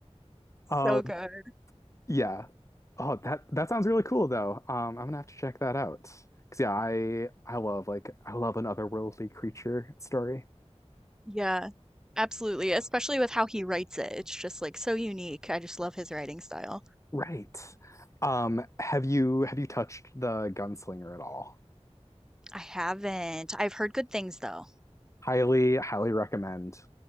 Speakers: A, in the centre; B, on the left.
A: So
B: Um,
A: good.
B: yeah. Oh, that that sounds really cool though. Um, I'm gonna have to check that out. 'Cause yeah, I I love like I love an otherworldly creature story.
A: Yeah, absolutely, especially with how he writes it. It's just like so unique. I just love his writing style.
B: Right. Um, have you have you touched the Gunslinger at all?
A: I haven't. I've heard good things though.
B: highly, highly recommend.